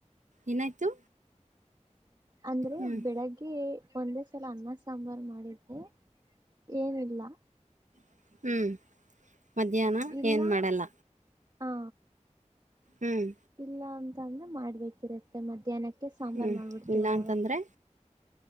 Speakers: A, on the right (about 80°); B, on the right (about 35°).
A: ಏನಾಯ್ತು
B: ಅಂದ್ರೆ
A: ಹ್ಮ್.
B: ಬೆಳಗ್ಗೆ ಒಂದೇ ಸಲ ಅನ್ನ ಸಾಂಬಾರ್ು ಮಾಡಿದ್ರೆ ಏನಿಲ್ಲ
A: ಹ್ಮ್ ಮಧ್ಯಾಹ್ನ
B: ಇಲ್ಲಾ
A: ಏನ್ ಮಾಡಲ್ಲ.
B: ಹ
A: ಹ್ಮ್.
B: ಇಲ್ಲ ಅಂತ ಅಂದ್ರೆ ಮಾಡ್ಬೇಕಿರುತ್ತೆ ಮಧ್ಯಾಹ್ನಕ್ಕೆ ಸಾಂಬಾರ್
A: ಹ್ಮ್.
B: ಮಾಡ್ಬಿಡ್ತೀವ
A: ಇಲ್ಲ
B: ಅವಾಗ
A: ಅಂತಂದ್ರೆ?